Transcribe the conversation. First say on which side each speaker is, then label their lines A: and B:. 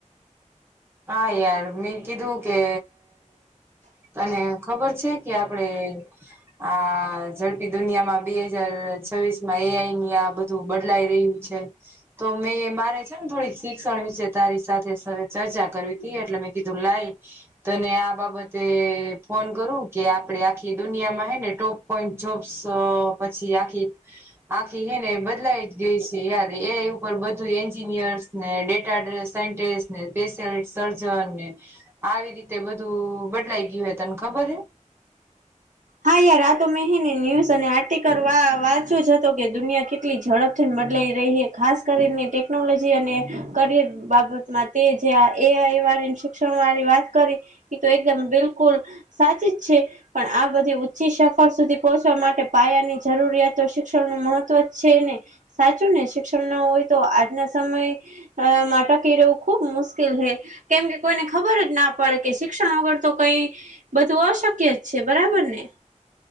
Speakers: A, on the right; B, on the right.
A: હા યાર મેં કીધું કે તને ખબર છે. છે કે આપડે આ ઝડપી દુનિયામાં બે હજાર છવીસ માં એ આઈ ની આ બધું બદલાઈ રહ્યું છે. તો મેં મારે છે ને થોડીક શિક્ષણ વિશે તારી સાથે ચ ચર્ચા કરવી તી એટલે મેં કીધું લાય. તને આ બાબતે ફોન કરું કે આપડે આખી દુનિયામાં હૈ ને ટોપ પોઈન્ટ જોબ્સ પછી આખી આખી હે ને બદલાઈ જ ગઈ છે યાર એ આઈ ઉપર બધું એન્જિનિયર્સ ને ડેટા સાયન્ટિસ્ટ ને સ્પેશલ સર્જન ને આવી રીતે બધું બદલાઈ ગયું હોય તને ખબર હે.
B: હા યાર આતો મે હેને ન્યૂઝ અને આર્ટિકલ વા વાંચ્યો જ હતો કે દુનિયા કેટલી ઝડપ થી બદલાઈ રહી હે ખાસ કરીને ટેકનોલોજી અને કરિયર બાબતમાં. તે જ એ આ એ આઈ વાળી શિક્ષણ વાળી વાત કરી એ તો એકદમ બિલકુલ સાચી જ છે પણ આ તો બધી ઉંચી સફર સુધી પહોચવા માટે પાયાની જરૂરિયાતો શિક્ષણનુ મહત્વ છે ન. સાચું ને શિક્ષણ ન હોય તો આજના સમયે અ માટા કિ રહેવું ખૂબ મુશ્કેલ હૈ. કેમ કે કોઈને ખબર જ ના પડે કે શિક્ષણ વગર તો કઈ બધું અશક્ય છે‌. બરાબરને